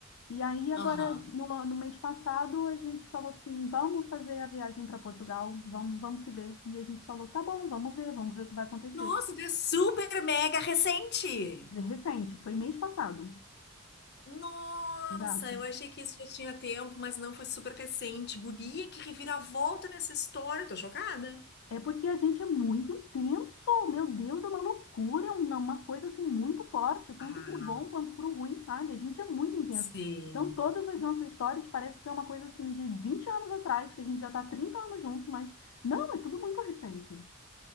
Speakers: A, on the left (about 75°); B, on the left (about 55°).
A: E aí, agora,
B: Aham.
A: no, ano- no mês passado, a gente falou assim: vamos fazer a viagem para Portugal, vamos, vamos se ver. E a gente falou: tá bom, vamos ver, vamos ver o que vai acontecer.
B: Nossa, tu é super mega recente!
A: Recente, foi mês passado.
B: Nossa,
A: Exato.
B: eu achei que isso já tinha tempo, mas não foi super recente. Guria, que reviravolta nessa história, tô chocada.
A: É porque a gente é muito intenso, meu Deus, é uma loucura, é uma uma coisa assim muito forte, tanto
B: Ah,
A: pro bom quanto pro ruim, sabe? A gente é muito intenso.
B: sim.
A: Então, todas as nossas histórias parece que é uma coisa assim de 20 anos atrás, que a gente já tá 30 anos junto, mas não, é tudo muito recente.